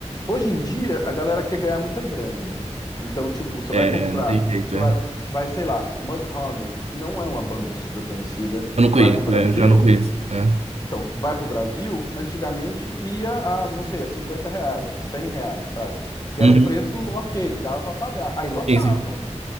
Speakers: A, on the left (about 35°); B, on the right (about 65°).
A: hoje em dia a galera quer ganhar muita grana, né? Então, tipo, você
B: É,
A: vai comprar,
B: não tem jeito,
A: você
B: é.
A: vai, vai, sei lá, Mudhoney, que não é uma banda super conhecida,
B: Eu não conheço,
A: vai pro Brasil,
B: é, eu já não conheço. É.
A: então, vai para o Brasil, antigamente ia a, não sei, a 50 reais, a 100 reais, sabe? Que
B: Uhum.
A: era um preço ok, que dava para pagar. Aí lotava,
B: Sim, sim.
A: né?